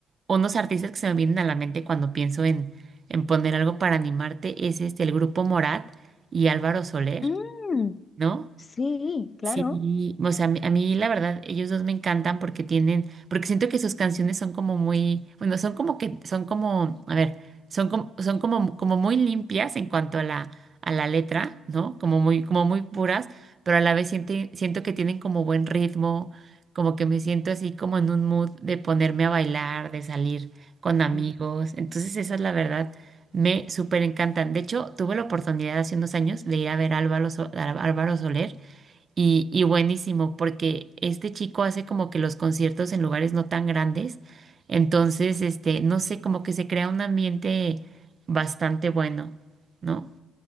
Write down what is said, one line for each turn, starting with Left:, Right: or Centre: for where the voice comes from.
Right: unos artistas que se me vienen a la mente cuando pienso en, en poner algo para animarte es este, el grupo Morat y Álvaro Soler,
Left: Mm,
Right: ¿no?
Left: sí, claro,
Right: Sí, o sea, a mí, a mí la verdad, ellos dos me encantan porque tienen, porque siento que sus canciones son como muy, bueno, son como que, son como, a ver, son como, son como, como muy limpias en cuanto a la, a la letra, ¿no? Como muy, como muy puras, pero a la vez siento, siento que tienen como buen ritmo, como que me siento así como en un mood de ponerme a bailar, de salir con amigos.
Left: Mm,
Right: Entonces, esa es la verdad, me súper encantan. De hecho, tuve la oportunidad hace unos años de ir a ver a Álvaro, So- a Álvaro Soler. Y, y buenísimo, porque este chico hace como que los conciertos en lugares no tan grandes, entonces, este, no sé, como que se crea un ambiente bastante bueno, ¿no?